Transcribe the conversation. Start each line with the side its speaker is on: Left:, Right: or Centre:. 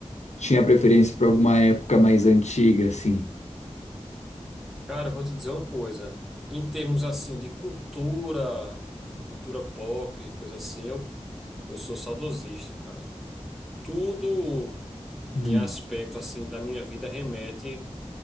Left: tinha preferência por alguma época mais antiga, assim.
Centre: Cara, eu vou te dizer uma coisa. Em termos assim de cultura, cultura pop, coisa assim, eu, eu sou saudosista, cara. Tudo
Left: Hum.
Centre: em aspecto assim da minha vida remete